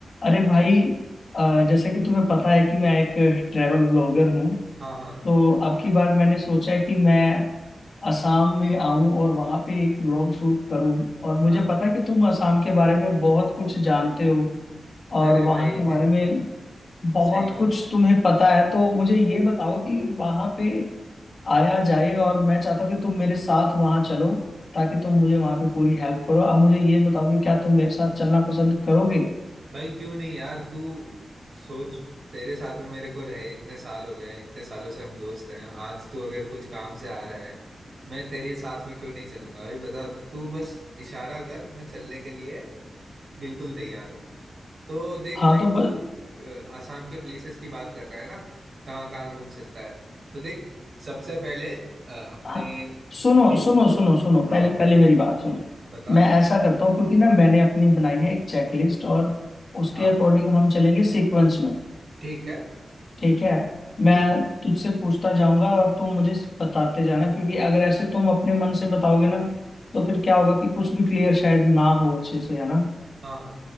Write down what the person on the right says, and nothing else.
हाँ हाँ
हाँ
अरे
भाई
<laughs>
सही बात
भाई क्यों नहीं यार तू सोच तेरे साथ में मेरे को रहे इतने साल हो गए हैं इतने सालों से हम दोस्त हैं आज तू अगर कुछ काम से आ रहा है मैं तेरे साथ में क्यों नहीं चलूंगा भाई बता तू बस इशारा कर मैं चलने के लिए बिल्कुल तैयार हूँ तो देख
भाई
तू अ, आसाम के प्लेसेस की बात कर रहा है ना कहाँ कहाँ घूम सकता है तो देख सबसे पहले अ, अपने
ठीक-
हाँ
बोल
बता
हाँ
ठीक है
ठीक
हाँ हाँ